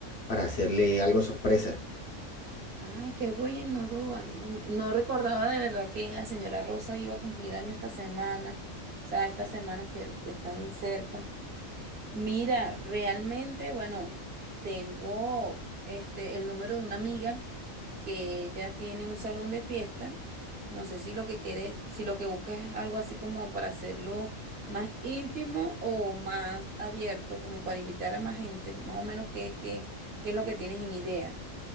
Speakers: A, on the left; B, on the right.
A: para hacerle algo sorpresa.
B: Ay, qué bueno, Duan. No, no recordaba de verdad que la señora Rosa iba a cumplir año esta semana. O sea, estas semanas que, que están cerca. Mira, realmente, bueno, tengo este el número de una amiga que ella tiene un salón de fiesta. No sé si lo que quieres, si lo que buscas es algo así como para hacerlo más íntimo o más abierto, como para invitar a más gente, más o menos qué, qué, qué es lo que tienes en idea.